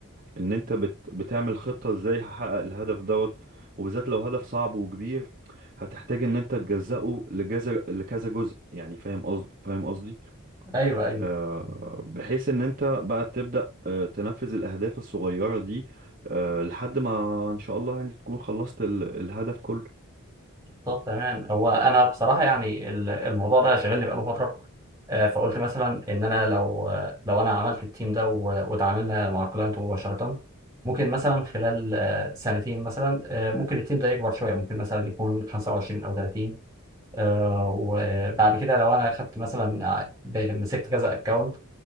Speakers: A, on the right (about 40°); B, on the right (about 15°).
A: ان انت بت بتعمل خطة ازاي هحقق الهدف دوت وبالذات لو هدف صعب وكبير هتحتاج ان انت تجزأه لجزء لكذا جزء يعني فاهم قصدي فاهم قصدي
B: ايوه ايوه
A: آه بحيث ان انت بقى تبدأ آه تنفذ الاهداف الصغيرة دي آه لحد ما ان شاء الله يعني تكون خلصت ال- الهدف كله
B: طب تمام هو انا بصراحه يعني ال- الموضوع ده شاغلني بقاله فتره آه، فقلت مثلا ان انا لو آه، لو انا عملت التيم ده و- وتعاملنا مع كلاينت مباشره ممكن مثلا خلال آه، سنتين مثلا آه، ممكن التيم ده يكبر شويه ممكن مثلا يكون 25 او 30 آه، وبعد كده لو انا خدت مثلا ع- مسكت كذا اكونت